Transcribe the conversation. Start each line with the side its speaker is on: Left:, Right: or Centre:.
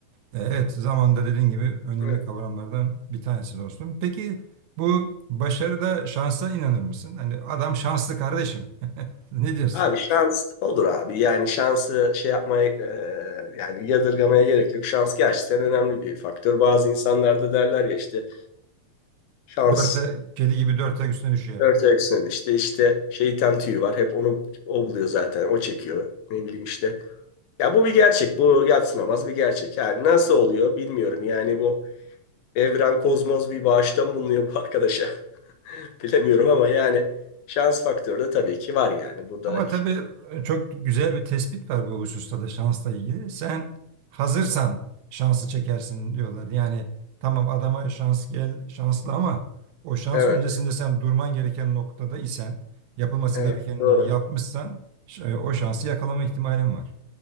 Right: Evet, zamanda dediğin gibi önemli
Left: Evet.
Right: kavramlardan bir tanesi dostum. Peki bu başarıda şansa inanır mısın? Hani adam şanslı kardeşim. <laughs> Ne diyorsun?
Left: Abi şans olur abi. Yani şansı şey yapmaya e, yani yadırgamaya gerek yok. Şans gerçekten önemli bir faktör. Bazı insanlarda derler ya işte şans
Right: Dörte, kedi gibi dört ayak üstüne düşüyor
Left: Dört
Right: hep.
Left: ayak işte işte şeytan tüyü var. Hep onu o buluyor zaten. O çekiyor. Ne bileyim işte. Ya bu bir gerçek. Bu yadsınamaz bir gerçek. Yani nasıl oluyor bilmiyorum. Yani bu evren kozmos bir bağıştan bulunuyor bu arkadaşa. <laughs> Bilemiyorum ama yani şans faktörü de tabii ki var yani. Bu da
Right: Ama tabii e, çok güzel bir tespit var bu hususta da şansla ilgili. Sen hazırsan şansı çekersin diyorlar. Yani tamam adama şans gel şanslı ama o şans
Left: evet
Right: öncesinde sen durman gereken noktada isen, yapılması
Left: evet
Right: gerekenleri
Left: doğru.
Right: yapmışsan ş- e, o şansı yakalama ihtimalin var.